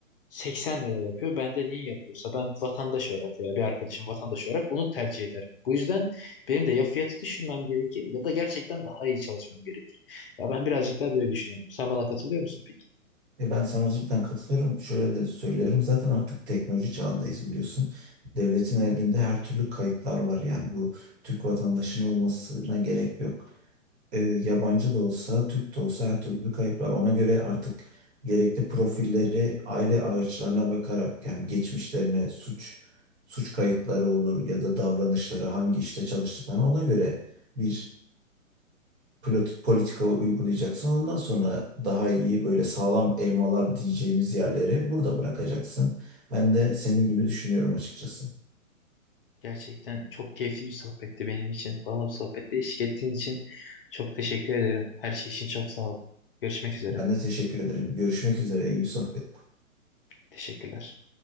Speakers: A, on the left; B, on the right.
A: 80 lira yapıyor. Ben de niye yapıyorsa ben vatandaş olarak veya bir arkadaşım vatandaş olarak onu tercih eder. Bu yüzden benim de ya fiyatı düşürmem gerekir ya da gerçekten daha iyi çalışmam gerekir. Ya ben birazcık daha böyle düşünüyorum. Sen bana katılıyor musun peki?
B: E ben sana cidden katılıyorum. Şöyle de söylüyorum. Zaten artık teknoloji çağındayız biliyorsun. Devletin elinde her türlü kayıtlar var yani bu Türk vatandaşının olmasına gerek yok. e, yabancı da olsa, Türk de olsa her türlü kayıp var. Ona göre artık gerekli profilleri aile ağaçlarına bakarak yani geçmişlerine suç suç kayıtları olur ya da davranışları hangi işte çalıştıklarına ona göre bir politi- politika uygulayacaksın. Ondan sonra daha iyi böyle sağlam elmalar diyeceğimiz yerleri burada bırakacaksın. Ben de senin gibi düşünüyorum açıkçası.
A: Gerçekten çok keyifli bir sohbetti benim için. Bana bu sohbette eşlik ettiğin için çok teşekkür ederim. Her şey için çok sağ ol. Görüşmek üzere.
B: Ben de teşekkür ederim. Görüşmek üzere. İyi bir sohbet.
A: Teşekkürler.